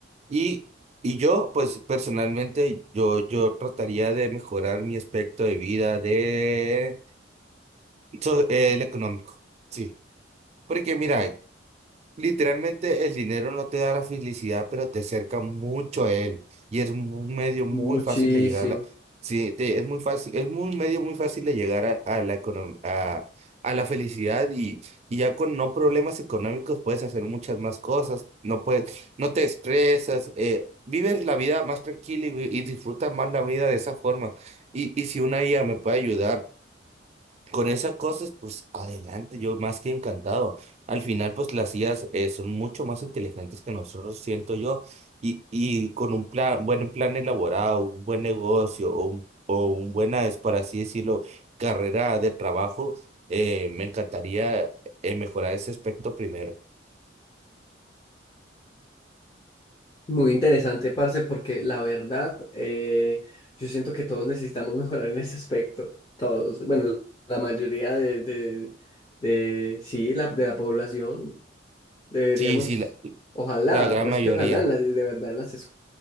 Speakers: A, on the right; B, on the left.
A: Y, y yo, pues personalmente, yo, yo trataría de mejorar mi aspecto de vida de so- el económico. Sí. Porque mira, literalmente el dinero no te da la felicidad, pero te acerca mucho a él. Y es un medio muy
B: Muchísimo.
A: fácil de llegar a la... Sí, te- es muy fácil, es un medio muy fácil de llegar a, a la econom- a, a la felicidad y, y ya con no problemas económicos puedes hacer muchas más cosas, no puedes, no te estresas, eh, vives la vida más tranquila y, vi- y disfrutas más la vida de esa forma. Y, y si una IA me puede ayudar con esas cosas, pues adelante, yo más que encantado. Al final, pues las IAs eh, son mucho más inteligentes que nosotros, siento yo, y, y con un plan, buen plan elaborado, un buen negocio o un, o un buena, es por así decirlo, carrera de trabajo, eh, me encantaría eh, mejorar ese aspecto primero.
B: Muy interesante, parce, porque la verdad, eh, yo siento que todos necesitamos <laughs> mejorar en ese aspecto. Todos. Bueno, la mayoría de, de, de- sí, la, de la población deberíamos,
A: Sí, sí, la,
B: ojalá,
A: la gran
B: o es
A: mayoría.
B: que ojalá, en las- de verdad, en las escuelas.